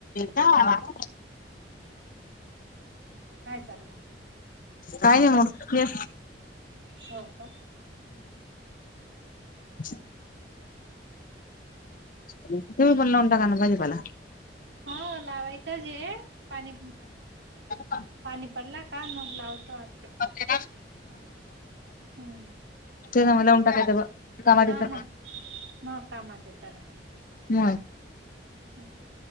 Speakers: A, on the left; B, on the right.
A: का
B: काय चाललं?
A: काय नाही मग हे
B: हो का
A: ह तुम्ही पण लावून टाका ना भाजीपाला
B: हो लावायचंच आहे पाणी
A: ह का
B: पाणी पडला का मग लावतो आता
A: ते
B: हं.
A: काय म्हणले लावून टाकायचं कामात
B: हा
A: येतं
B: मग मग काम असतेत त्याला
A: मग
B: आणि